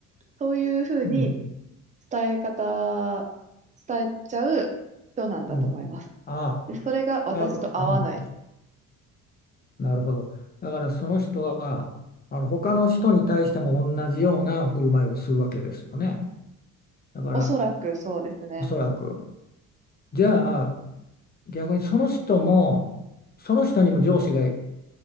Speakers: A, on the right; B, on the left.
A: そういうふうに
B: うん、
A: 伝え方、伝えちゃう人なんだと思います。
B: うん。ああ
A: で、それが私と合わない。
B: 多分、うんなるほど。だからその人はあの他の人に対しても同じような振る舞いをするわけですよね。だから
A: おそらくそうですね。
B: おそらくじゃあ逆にその人もその人にも上司がい